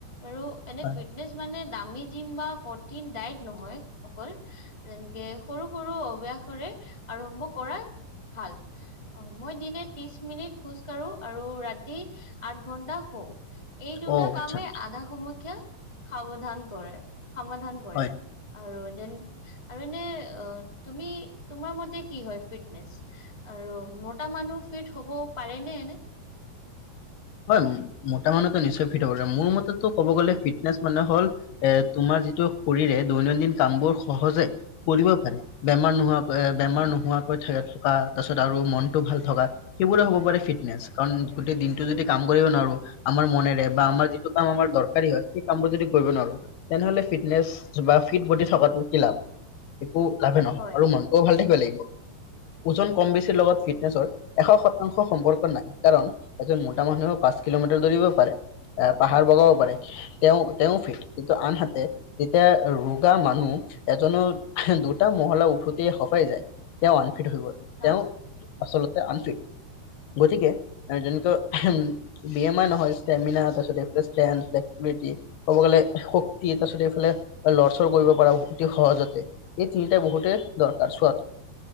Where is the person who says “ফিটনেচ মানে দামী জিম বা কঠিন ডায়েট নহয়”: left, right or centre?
Left